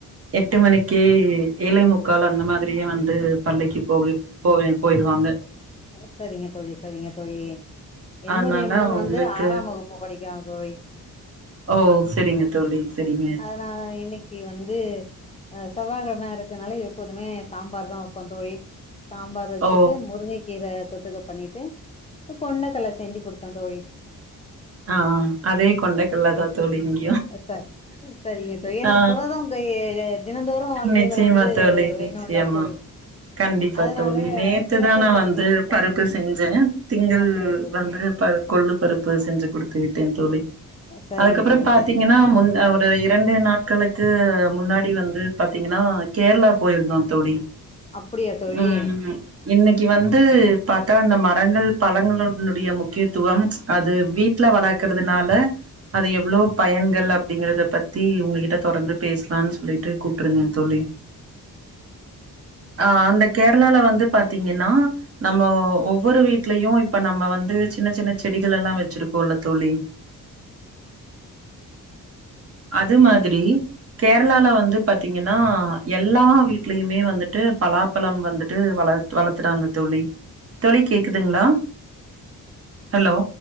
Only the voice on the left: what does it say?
அ செரிங்க தோழி செரிங்க தோழி என்னுடைய
மகன்
வந்து ஆறாம் வகுப்பு படிக் கியா தோழி
அதனா இன்னைக்கு கி வந்து அ செவ்வா கெழமையா இருக்கனால எப்போதுமே சாம்பார் தா வப்போ தோழி சாம்பார் வச்சுட்டு
முருங்க கீர தொட்டுக்க பண்ணிட்டு ப்ப கொண்டக்கல்ல செஞ்சு குடுத்தே தோழி
சார் சரிங்க தோழி ஏன்னா
புரதம் கை தினந்தோறும் வாழ்க்கையில
வந்து
வேணும்ல
தோழி
அதனால
தினசரி
வாழ்க்கையில
குடுத்துறது
அப்படியா தோழி
சரிங்க
தோழி
சரிங்க தோழி
அப்படியா தோழி
அ <inaudible>
அ <inaudible>